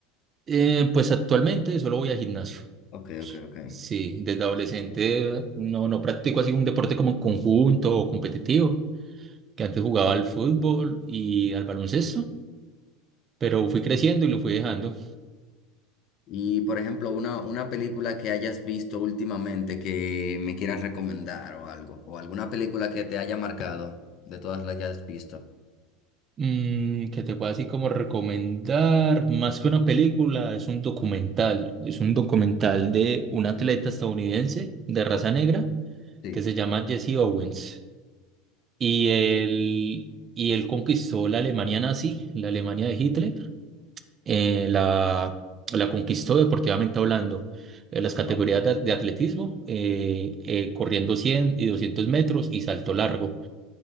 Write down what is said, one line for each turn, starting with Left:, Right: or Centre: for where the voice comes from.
Right: eh, pues actualmente solo voy al gimnasio.
Left: Ok, ok, ok.
Right: Sí, desde adolescente no, no practico así un deporte como conjunto o competitivo. que antes jugaba al fútbol y al baloncesto, pero fui creciendo y lo fui dejando.
Left: Y por ejemplo, una, una película que hayas visto últimamente que me quieras recomendar o algo, o alguna película que te haya marcado de todas las que has visto.
Right: Mm, que te puedo así como recomendar, más que una película, es un documental, es un documental de un atleta estadounidense de raza negra
Left: Sí.
Right: que se llama Jesse Owens y él, y él conquistó la Alemania nazi, la Alemania de Hitler eh, la, la conquistó deportivamente hablando. En las categorías
Left: Oh,
Right: de, de atletismo, eh, eh, corriendo 100 y 200 metros y salto largo.